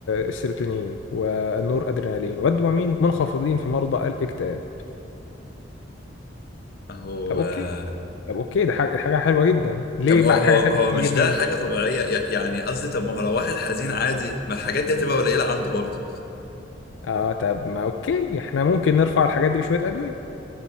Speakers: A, on the left (about 85°); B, on the left (about 55°).
A: السيروتونين والنور ادرينالين والدوبامين منخفضين في مرضى الاكتئاب
B: اهو
A: طب اوكي
B: آه،
A: طب اوكي ده حاجة حاجة حلوة جدا ليه
B: طب
A: بقى
B: هو هو
A: حاجة
B: هو
A: حلوة
B: مش
A: جدا؟
B: ده حاجة طبيعية ي- يعني قصدي طب ما هو لو واحد حزين عادي ما الحاجات دي هتبقى قليلة عنده برضه
A: اه طب ما اوكي احنا ممكن نرفع الحاجات دي بشوية أدوية